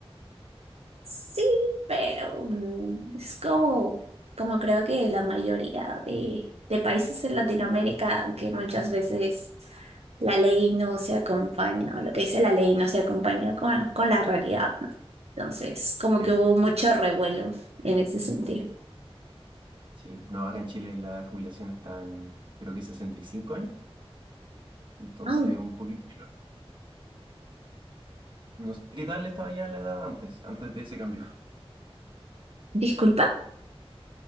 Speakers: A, on the right (about 80°); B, on the right (about 50°).
A: Sí, pero mm, es como, como creo que la mayoría de, de países en Latinoamérica, que muchas veces la ley no se acompaña, o lo que dice la ley no se acompaña con, con la realidad, ¿no? Entonces, como
B: Sí.
A: que hubo mucho revuelo en ese sentido.
B: Sí, no, acá en Chile la jubilación está en, creo que 65 años, entonces
A: Ah,
B: un poquito menor. No sé qué tal estaba ya la edad antes, antes de ese cambio.
A: disculpa,